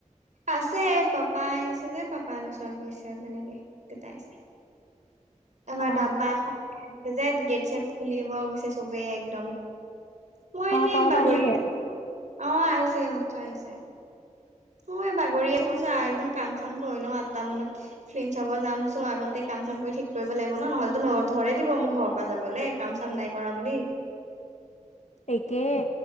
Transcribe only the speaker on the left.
অ
অ
কামৰ পৰা
আহিলে
একেই।